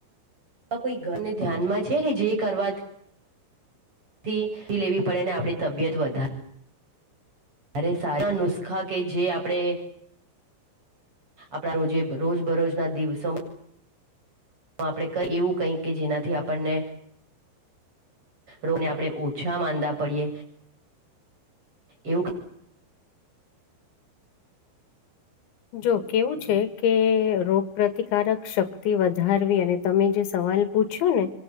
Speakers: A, on the right; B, on the left.
A: આ કોઈ ઘરને ધ્યાનમાં છે કે જે કરવા થી લેવી પડે ને આપણી તબિયત વધા અરે સારા નુસખા કે જે આપડે આપણા રોજે રોજ બરોજના દિવસોમાં આપણે ક એવું કઈક કે જેનાથી આપણને રોગને આપણે ઓછા માંદા પડીએ એવું ક
B: જો કેવું છે કે રોગ પ્રતિકારક શક્તિ વધારવી અને તમે જે સવાલ પૂછ્યો ને